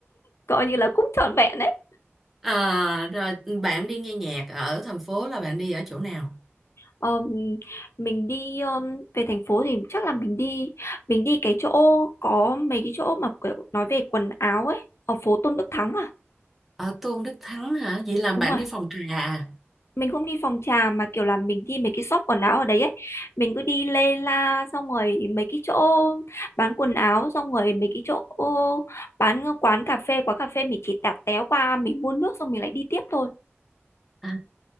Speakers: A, on the left; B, in the centre.
A: coi như là cũng trọn vẹn đấy
B: à, rồi bạn đi nghe nhạc ở thành phố là bạn đi ở chỗ nào?
A: Ờm, mình đi ờm, về thành phố thì chắc là mình đi mình đi cái chỗ có mấy cái chỗ mà kiểu nói về quần áo ấy ở phố Tôn Đức Thắng à
B: Ở Tôn Đức Thắng hả? Vậy là bạn
A: đúng rồi
B: đi phòng trà à?
A: mình không đi phòng trà mà kiểu là mình đi mấy cái shop quần áo ở đấy ấy mình cứ đi lê la xong rồi mấy cái chỗ bán quần áo xong rồi mấy cái chỗ bán quán cà phê quán cà phê mình chỉ tạt téo qua mình mua nước xong mình lại đi tiếp thôi
B: À.